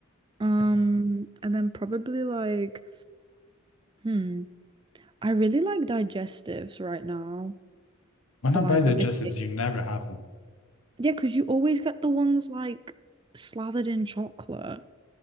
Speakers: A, on the right (about 20°); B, on the left (about 80°).
A: Um,
B: Okay.
A: and then probably like hmm, I really like digestives right now
B: When
A: for
B: I
A: like
B: buy digestives,
A: a biscuit.
B: you never have them.
A: Yeah, because you always get the ones like slathered in chocolate.